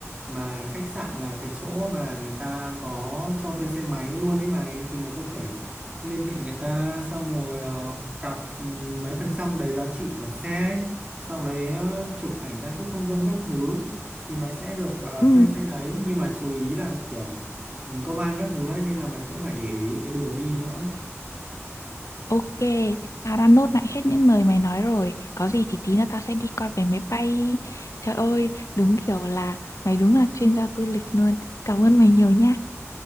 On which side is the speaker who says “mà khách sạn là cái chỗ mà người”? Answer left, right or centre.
Right